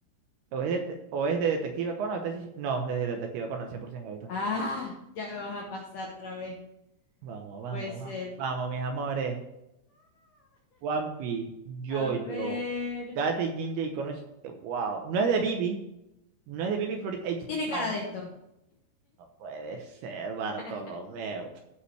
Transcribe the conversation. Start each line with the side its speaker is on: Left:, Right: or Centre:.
Right: o es de, o es de Detective Conan, o Tetsu- no, es de Detective Conan, 100% ahorita.
Left: Ah, ya me vas a pasar otra vez.
Right: Vamos,
Left: No
Right: vamos,
Left: Puede ser.
Right: vamos, vamos, mis amores. One Piece, JoJo,
Left: A ver.
Right: Gate Jinja y Konoshi. eh, Wow. No es de Bibi. No es de Bibi Florid H.
Left: Tiene
Right: Song.
Left: cara de esto.
Right: No puede ser, Bartolomeo.
Left: <laughs>